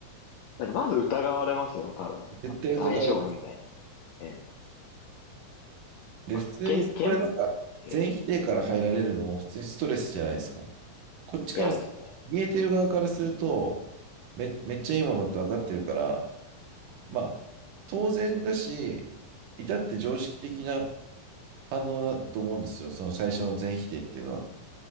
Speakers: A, on the left (about 75°); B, on the right (about 75°).
A: なんかまず疑われますよね、多分なんか。
B: 絶対疑われます。
A: え、大丈夫みたいな。ええ。
B: で、
A: まあ、
B: 普通に、
A: けん、けん、
B: これなんか、
A: ええ、
B: 全否定から入られるのも普通にストレスじゃないですか。こっちから、
A: 嫌ですね。
B: 見えてる側からすると、め、めっちゃいいものって分かってるから、まあ、当然だし、至って常識的な反応だと思うんですよ。その最初の全否定っていうのは。